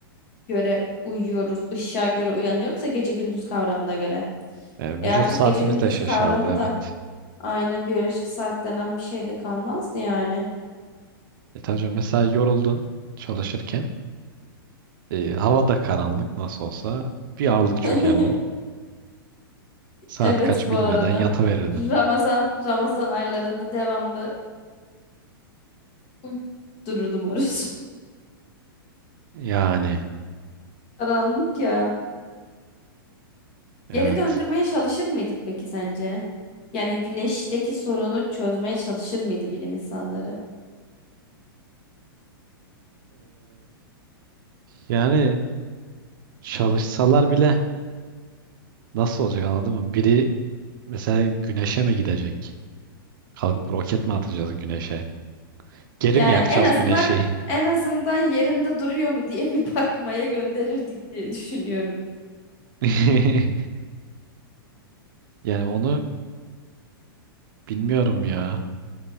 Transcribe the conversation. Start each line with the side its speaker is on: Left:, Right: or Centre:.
Left: göre uyuyoruz, ışığa göre uyanıyoruz ya gece gündüz kavramına göre.
Right: Ee,
Left: E
Right: vücut
Left: artık
Right: saatimiz
Left: gece gündüz
Right: de şaşardı
Left: kavramı
Right: evet.
Left: da aynen biyolojik saat denen bir şey de kalmazdı yani.
Right: E tabii canım, mesela yoruldun çalışırken. E, hava da karanlık nasıl olsa bir ağırlık çökerdi.
Left: <laughs>
Right: Saat
Left: Evet
Right: kaç bilmeden
Left: bu arada.
Right: yataverirdin.
Left: Ramazan, Ramazan aylarında devamlı uyku dururdum oruç.
Right: Yani
Left: <laughs> Karanlık ya.
Right: evet.
Left: Geri döndürmeye çalışır mıydık peki sence? Yani güneşteki sorunu çözmeye çalışır mıydı bilim insanları?
Right: Yani çalışsalar bile nasıl olacak anladın mı? Biri mesela güneşe mi gidecek? Kalkıp roket mi atacağız güneşe? Geri
Left: Yani
Right: mi yakacağız
Left: en azından
Right: güneşi?
Left: en azından yerinde duruyor mu diye <laughs> bir bakmaya gönderirdik diye düşünüyorum.
Right: <laughs> Yani onu bilmiyorum ya.